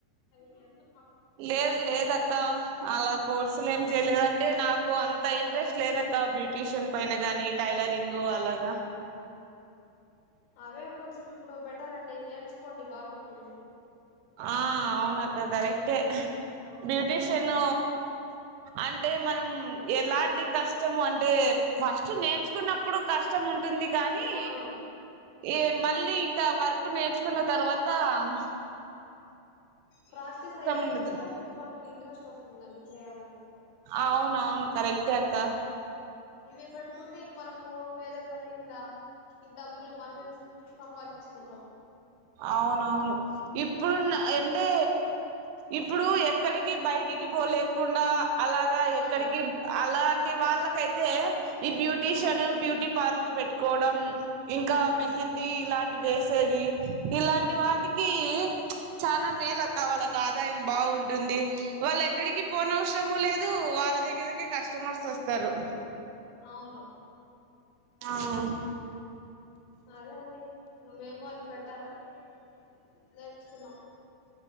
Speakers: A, on the left; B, on the right.
A: <unintelligible> అంత్
B: లేదు లేద్ అక్క అలా కోర్సులు ఏమి చేయలేదన్ అంటే నాకు అంత ఇంట్రెస్ట్ లేదక్క బ్యూటీషియన్ పైన గాని టైలరింగ్ అలాగా
A: అవే కొంచెం ఇప్పుడు బెటర్ అండి నేర్చుకోండి బాగుంటుంది.
B: ఆ అవున్ అక్క కరెక్ట్ టె
A: అవును
B: బ్యూటిషియన్ అంటే మనం ఎలాంటి కష్టము అంటే ఫస్ట్ నేర్చుకున్నప్పుడు కష్టము ఉంటుంది. కానీ
A: అవును.
B: ఏ మళ్ళీ ఇంకా వర్క్ నేర్చుకున్న తర్వాత్ తమ్
A: ప్రాసెస్ అయ్యే
B: ఉండదు
A: కొద్ది అవి ఇంక మనకి ఇంట్రెస్ట్ వస్తుందండి చేయాలని అన్
B: అవునవును కరెక్టే అక్క
A: ఇవి పెట్టుకుంటే ఇంక మనకు వేరే పని మీద ఈ డబ్బులు మనమే సంపాదించుకుంటాము.
B: అవునవును ఇప్ ప్పుడు అంటే ఇప్పుడు ఎక్కడికి బయటికి పోలేకుండా, అలాగా ఎక్కడికి
A: ఉమ్
B: అలాంటి వాళ్ళకైతే ఈ బ్యూటీషియన్
A: అవును
B: బ్యూటీ పార్లర్ పెట్టుకోవడం ఇంకా,
A: ఉమ్
B: మెహందీ ఇలాంట్ వేసవి ఇలాంటి
A: ఉమ్
B: వాటికి. చాలా మేలు అక్క వాళ్ళకి ఆదాయం బాగుంటుంది వాళ్ళు ఎక్కడికి. పోన్ అవసరము లేదు వాళ్ళ దగ్గరకే కస్టమర్స్ వస్తారు.
A: అవును
B: ఆహా.
A: అదే అండి మేము అది పెట్టాలని నేర్చుకున్నాం